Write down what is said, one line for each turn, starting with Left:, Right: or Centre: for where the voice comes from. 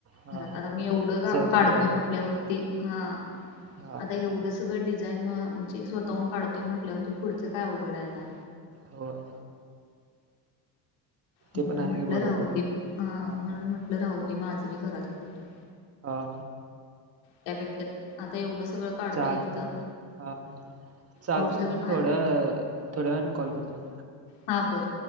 Right: हा
Left: घरात आता मी एवढं
Right: सेल्फ
Left: काढतोय
Right: डेव्हलप
Left: म्हटल्यावरती ते हा
Right: हा
Left: आता एवढं सगळं डिझाईन म्हणजे स्वतःहून काढतो ते म्हटल्या वरती पुढचं काय अवघड आहे आता.
Right: होय. ते
Left: म्हणून
Right: पण आहे
Left: म्हटलं
Right: की बरोबर
Left: राहु दे ह
Right: हा
Left: म्हणून
Right: हा
Left: म्हटलं राहु दे माझ मी घरात करते.
Right: हा.
Left: त्यापेक्षा आता एवढं सगळं काढतोय
Right: चालते
Left: इथं
Right: हा चालते
Left: एवढं सगळं
Right: का मी
Left: भारी
Right: थोड्या, थोड्या वेळने कॉल करतो.
Left: हा बर.